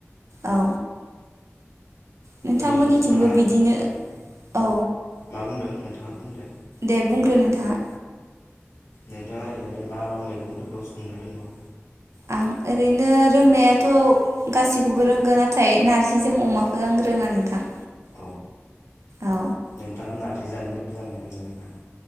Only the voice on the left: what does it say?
ओरैनो नोंथाङा
मा बुंदों नोंथाङा बुंलाय
नोंथाङा ओरैनो मा मा मैगंफोरखौ संनो रोंगौ
औ
नोंथाङा नारजि जानो मोजां मोनो ना मोना